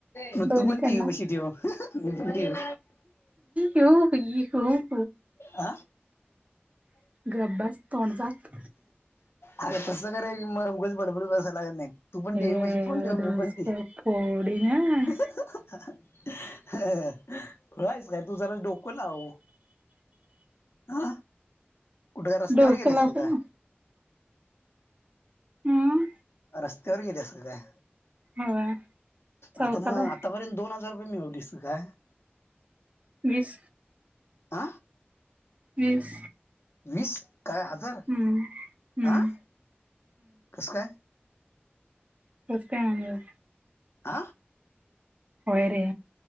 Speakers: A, on the left; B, on the right.
A: मग
B: दोनी
A: तू पण
B: कडन
A: टी व्ही पशी ठेव मी पण ठेव
B: हो.
A: आ
B: गप बस तोंड झाक
A: अरे कस कराय? मग उगच बडबडूनसां लागत नाय. तू पण
B: ए
A: टीवी पशी फोन
B: माझं
A: ठेव
B: डोसकं
A: मी पण ठी.
B: फोडीन
A: हं खुळा हायस काय? तू जरा डोक लाव ह. कुठ काय रस्त्यावर
B: डोकं
A: गेलीस
B: लावून
A: की काय?
B: हम्म
A: रस्त्यावर गेलीस की काय?
B: हवा चौकात
A: आता मग
B: आहे
A: आतापर्यंत दोन हजार. पण एवढीस काय?
B: वीस
A: आ?
B: वीस
A: वीस काय हजार
B: हम्म हम्म
A: अं कसं काय?
B: कस काय म्हणजे व?
A: आ?
B: होय रे!